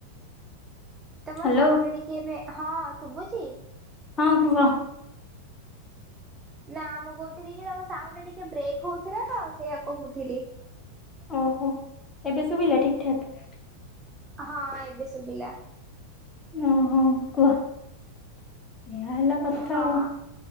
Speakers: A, on the left; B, on the right.
A: ହ୍ୟାଲୋ
B: ତୋମ ସାଉଣ୍ଡ ଟା ଟିକେ ଏବେ ହଁ। ଶୁଭୁଚି?
A: ହଁ କୁହ।
B: ନା ମୁଁ କହୁଥିଲି କି ତୋମ ସାଉଣ୍ଡଟା ଟିକେ ବ୍ରେକ୍ ହଉଥିଲା ତ ସେଇୟା କହୁଥିଲି।
A: ଓହୋ ଏବେ ଶୁଭିଲା ଠିକ ଠାକ?
B: ହଁ ଏବେ ଶୁଭିଲା।
A: ଓ ହଁ କୁହ। ଏହା ହେଲା କଥା
B: ହଁ।
A: ଆଉ